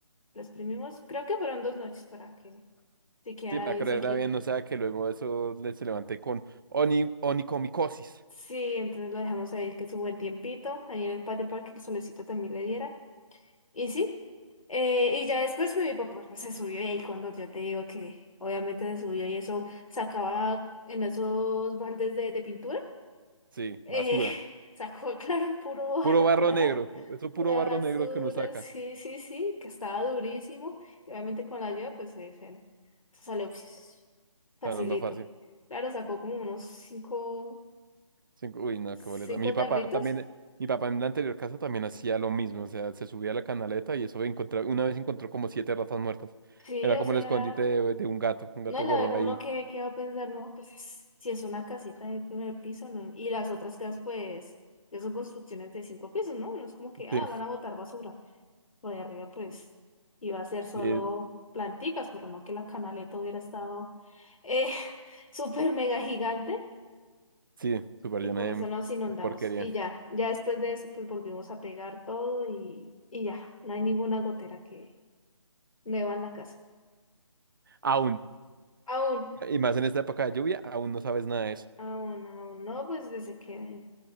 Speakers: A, on the left (about 80°); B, on the right (about 40°).
A: Lo exprimimos, creo que fueron dos noches para que se quedara
B: Sí, para
A: bien
B: creer
A: sequita.
B: era bien, o sea, que luego eso le- se levanté con oni, onicomicosis.
A: Sí, entonces lo dejamos ahí que su buen tiempito, ahí en el patio para que el solecito también le diera. Y sí, eh, y ya después con mi papá pues se subió y ahí cuando yo te digo que obviamente se subió y eso sacaba en esos baldes de, de pintura.
B: Sí,
A: Eh,
B: basura.
A: <laughs> sacó, claro, puro barro,
B: Puro barro
A: pura,
B: negro. Eso es
A: pura
B: puro barro
A: basura,
B: negro que uno saca.
A: sí, sí, sí, que estaba durísimo. Y obviamente con la ayuda, pues se, se- se salió <laughs> facilito.
B: Hablando fácil.
A: Claro, sacó como unos cinco,
B: Cinco- Uy, no,
A: cinco
B: qué boleta. Mi papá
A: tarritos.
B: también, mi papá en la anterior casa también hacía lo mismo. O sea, se subía a la canaleta y eso encontraba, una vez encontró como siete ratas muertas.
A: Sí,
B: Era como
A: o sea,
B: el escondite de, de un gato. Un
A: no,
B: gato
A: la
B: guardaba
A: verdad,
B: ahí.
A: uno que, que va a pensar, no, pues es- si es una casita de primer piso, ¿no? Y las otras casas, pues, ya son construcciones de cinco pisos, ¿no? No es como que,
B: Sí,
A: ah, van a botar basura. Lo de arriba, pues, iba a ser solo
B: eh,
A: planticas, pero no que la canaleta hubiera estado eh, <laughs> súper mega gigante
B: sí, súper
A: y
B: llena
A: por
B: de,
A: eso nos inundamos.
B: de porquería.
A: Y ya, ya después de eso, pues volvimos a pegar todo y, y ya, no hay ninguna gotera que nueva en la casa.
B: Aún.
A: Aún,
B: Y más en esta época de lluvia, aún no sabes nada de eso.
A: aún, aún, no, pues desde que